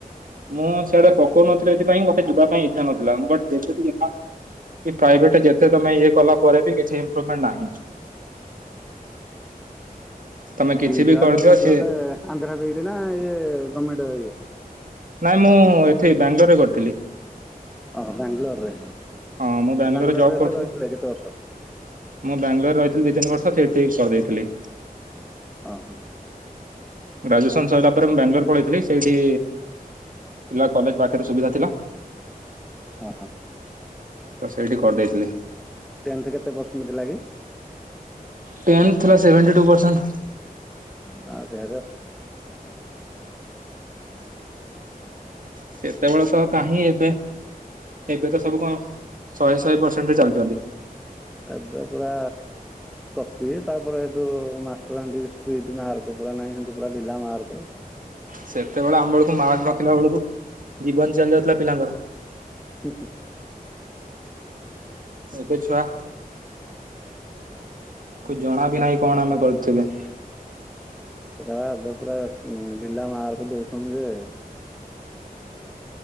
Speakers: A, on the right (about 60°); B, in the centre.
A: ମୁଁ ସିଆଡେ ପକଉନଥିଲି ଏଥିପାଇଁ ମତେ ଯିବା ପାଇଁ ଇଚ୍ଛା ନଥିଲା ବଟ୍ ଏ ସେ ଜି କି ପ୍ରାଇଭେଟ୍ ଯେତେ ତମେ ଇଏ କଲା ପରେ ବି କିଛି ଇମ୍ପ୍ରୁପମେଣ୍ଟ ନାହିଁ। ତମେ କିଛି
B: ଯା
A: ବି କରିଦିଅ
B: କରୁଛନ୍ତି
A: ସେ
B: ବଲେ ଆନ୍ଧ୍ରା ବିଇଡ଼ ନା ଏଇ ଗର୍ଣମେଣ୍ଟଇଏ
A: ନାଇଁ ମୁଁ ଏଠି ବାଙ୍ଗାଲୋରରେ କରିଥିଲି।
B: ଓହୋ ବାଙ୍ଗାଲୋରରେ
A: ହଁ ମୁଁ
B: ବାଙ୍ଗାଲୋରରେ
A: ଜବ୍ କରୁଥିଲି।
B: ହେଲେ ରହିଥିଲା କେତେ ବର୍ଷ?
A: ମୁଁ ବାଙ୍ଗଲୋରରେ ରହିଥିଲି ଦିଇ ତିନିର୍ଷ ସେଇଠି କରିଦେଇଥିଲି।
B: ଓଁ ହଁ।
A: ଗ୍ରାଜୁଏସନ୍ ସରିଲ ପରେ ମୁଁ ବାଙ୍ଗାଲୋର ପଳେଇଥିଲି ସେଇଠି ପା କଲେଜ ପାଖରେ ସୁବିଧା ଥିଲା।
B: ଓହୋ।
A: ତ ସେଇଠି କରିଦେଇଥିଲି।
B: ଟେନ୍ଥ କେତେ ପରସେଣ୍ଟ ଥିଲା କି?
A: ଟେନ୍ ଥିଲା ସେଭେଣ୍ଟି ଟୁ ପରସେଣ୍ଟ।
B: ହଁ ସେ
A: ସେତେବେଳେ ତ କାହିଁ ଏବେ ଏବେ ତ ସବୁ କଣ ଶହେ ଶହେ ପରସେଣ୍ଟରେ ଚାଲଛନ୍ତି।
B: ଏବେ ପୁରା କପି ତାପରେ ଏଇଠୁ ମାଷ୍ଟର ହେନ୍ତି ଷ୍ଟ୍ରିଟ୍ ମାର୍କ ପୁରା ନହିଁନ୍ତି ପୁରା ଢିଲା ମାର୍କ।
A: ସେତେବେଳେ ଆମ ବେଳକୁ ମାର୍କ ରଖିଲା ବେଳକୁ ଜୀବନ ଚାଲି ଯାଉଥିଲା ପିଲାଙ୍କର।
B: ହୁଁ ହୁଁ।
A: ଏବେଛୁଆ କୁ ଜଣା ବିି ନାହିଁ କଣ ଆମେ କରୁଥିବେ।
B: ସେଟା ବା ଏବେ ପୁରା ଢିଲା ମାର୍କ ଦଉଛନ୍ତି ଯେ